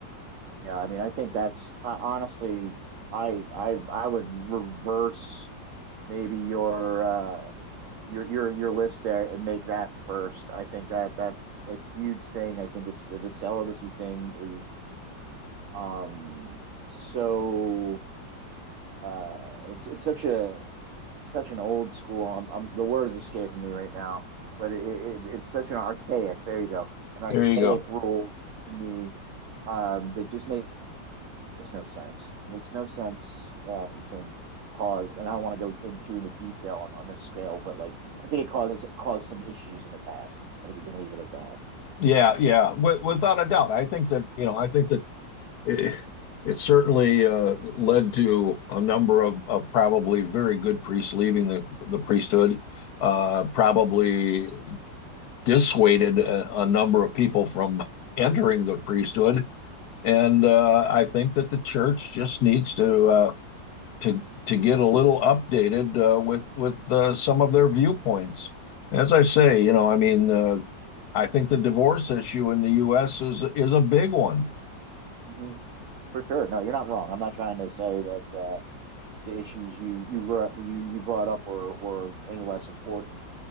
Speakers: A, on the right; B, on the left.
A: yeah. I mean, I think that's uh, honestly, I I I would reverse maybe your uh your your your list there and make that first. I think that that's a huge thing. I think it's the, the celibacy thing is um so uh it's it's such a such an old school. I'm, I'm the word is escaping me right now, but it, it, it's such an archaic. There you go, an archaic
B: There you go.
A: rule to me um, that just makes no sense. Makes no sense. Um, I think caused, and I don't want to go into into detail on, on this scale, but like I think it caused it caused some issues in the past. I think we can leave it at that.
B: Yeah, yeah, w- without a doubt. I think that you know, I think that it, it certainly uh, led to a number of, of probably very good priests leaving the the priesthood. Uh, probably dissuaded a, a number of people from entering the priesthood And uh, I think that the church just needs to uh, to to get a little updated uh, with with uh, some of their viewpoints. As I say, you know, I mean, uh, I think the divorce issue in the U.S. is is a big one.
A: hmm For sure. No, you're not wrong. I'm not trying to say that uh, the issues you you re- you you brought up were were any less important.